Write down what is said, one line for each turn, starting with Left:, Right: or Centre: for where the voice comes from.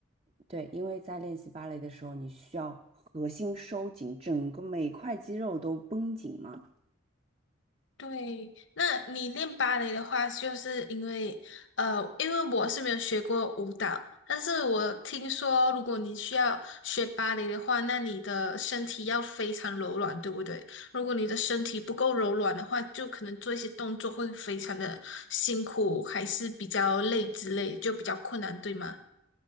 Right: 对，因为在练习芭蕾的时候，你需要核心收紧，整个每块肌肉都绷紧嘛。
Left: 对，那你练芭蕾的话，就是因为呃，因为我是没有学过舞蹈，但是我听说，如果你需要学芭蕾的话，那你的身体要非常柔软，对不对？如果你的身体不够柔软的话，就可能做一些动作会非常的辛苦，还是比较累之类，就比较困难，对吗？